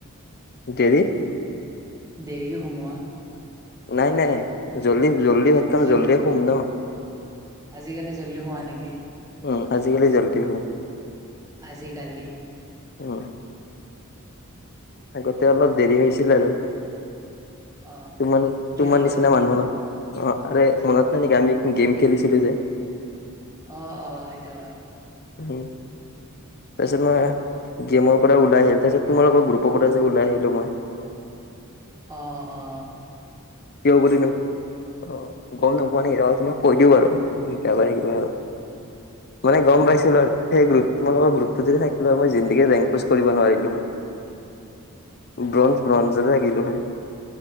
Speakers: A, on the left (about 45°); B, on the right (about 15°).
A: দেৰি
B: দেৰিকে ঘুমা? <unintelligible>
A: নাই-নাই, জল্দি-জল্দি ভাত খাম,
B: জল
A: জল্দিয়ে শুম ন।
B: আজিকালি জল্দি হোৱা নেকি?
A: অ, আজিকালি জল্দি শোওঁ।
B: আজিকালি
A: উম আগতে অলপ দেৰি হৈছিল আৰু
B: অ
A: তোমাৰ-তোমাৰ
B: কিয়
A: নিচিনা
B: বা
A: মানুহে, অ আৰে, মনত নাই নেকি আমি গেম খেলিছিলো যে,
B: অ অ এইটো
A: উম তাৰপাছত মই, গেমৰ পৰা ওলাই আহিলোঁ, তাৰপাছত তোমালোকৰ গ্ৰুপৰ পৰা যে, ওলাই আহিলো মই
B: অ-অ
A: কিয় বুলি মোক, অ, গম নোপোৱা নেকি তোমাক <unintelligible> কৈ দিওঁ বাৰু, বেয়া পায় থাকিবা আৰু মানে গম পাইছিলো আৰু <unintelligible> সেই গ্ৰুপ, তোমালোকৰ গ্ৰুপটো যদি থাকিলে হয়, মই জীন্দেগি ৰেংকোজ কৰিব নোৱাৰিলো হয়। ব্ৰজ্ঞ-ব্ৰজ্ঞয়ে থাকিলো হয়।